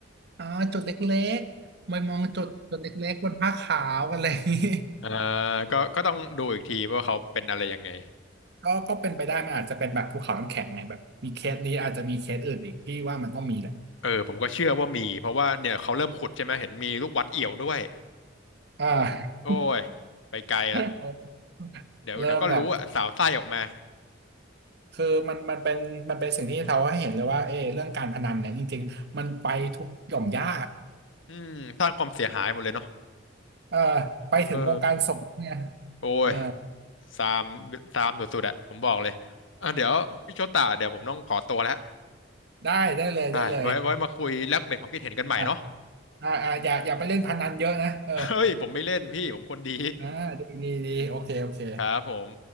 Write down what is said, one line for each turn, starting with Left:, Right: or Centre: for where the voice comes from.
Right: อ๋อจุดเล็กๆไม่มองจุดจุดเล็กๆบนผ้าขาวอะไรอย่างนี้
Left: อ่าก็ก็ต้องดูอีกทีว่าเขาเป็นอะไรยังไง
Right: <laughs> ก็ก็เป็นไปได้มันอาจจะเป็นแบบภูเขาน้ำแข็งไงแบบมีเคสนี้อาจจะมีเคสอื่นอีกที่ว่ามันต้องมีแหละ
Left: เออผมก็เชื่อว่ามีเพราะว่าเนี่ยเขาเริ่มขุดใช่ไหมเห็นมีลูกวัดเอี่ยวด้วย
Right: อ่า
Left: โอ้ยไปไกลแล้ว
Right: <laughs>
Left: เดี๋ยวเดี๋ยวก็รู้อะสาวไส้ออกมา
Right: เริ่มแบบคือมันมันเป็นมันเป็นสิ่งที่เราให้เห็นเลยว่าเออเรื่องการพนันเนี่ยจริงๆมันไปทุกหย่อมหญ้า
Left: อืมสร้างความเสียหายหมดเลยเนาะ
Right: <laughs> เออไปถึงวงการสงฆ์เนี่ย
Left: เออโอ้ย
Right: เออ
Left: ซามซามสุดๆอะผมบอกเลยอ่ะเดี๋ยวพี่โชตาเดี๋ยวผมต้องขอตัวแล้ว
Right: ได้ได้เลยได้เลย
Left: ใช่ไว้ไว้มาคุยแลกเปลี่ยนความคิดเห็นกันใหม่เนาะ
Right: อ่ะอ่าอ่าอย่าอย่าไปเล่นพนันเยอะนะเออ
Left: เฮ้ยผมไม่เล่นพี่ผมคนดี
Right: อ่าดีดีดีโอเคโอเค
Left: ครับผม